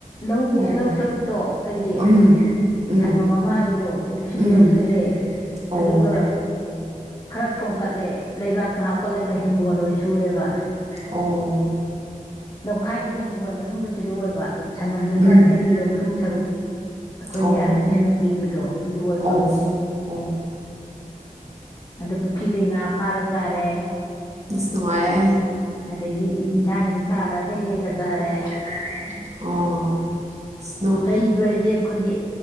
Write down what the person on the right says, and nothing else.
ꯑꯣ
ꯎꯝ ꯎꯝ
ꯎꯝ
ꯑꯣ
ꯑꯣ
ꯎꯝ
ꯑꯣ
ꯑꯣ ꯑꯣ
ꯑꯁ ꯅꯨꯡꯉꯥꯏꯌꯦ
ꯑꯣ ꯑꯁ ꯅꯨꯡ